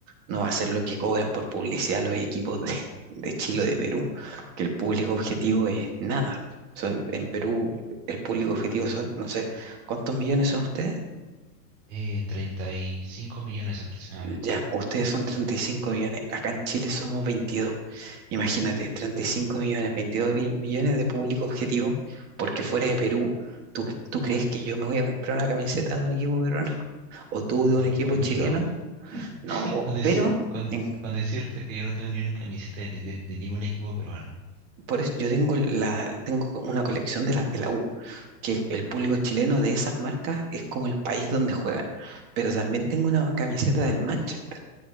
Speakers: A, on the right; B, on the right.
A: no va a ser lo que cobran por publicidad los equipos de, de Chile o de Perú, que el público objetivo es nada. Son, en Perú el público objetivo son, no sé, ¿cuántos millones son ustedes?
B: Eh, 35 millones aproximadamente.
A: Ya, ustedes son 35 millones, acá en Chile somos 22. Imagínate, 35 millones, 22 bi- millones de público objetivo, porque fuera de Perú, ¿tú, tú crees que yo me voy a comprar una camiseta de un equipo peruano o tú de
B: No,
A: un equipo
B: ni
A: chileno?
B: loco. <laughs>
A: No, po,
B: Con, deci-
A: pero
B: con-
A: en-
B: con decirte que yo no tengo ni una camiseta de, de de ningún equipo peruano.
A: por eso yo tengo, la, tengo una colección de las de la U, que el público chileno de esas marcas es como el país donde juegan, pero también tengo una camiseta del Manchester.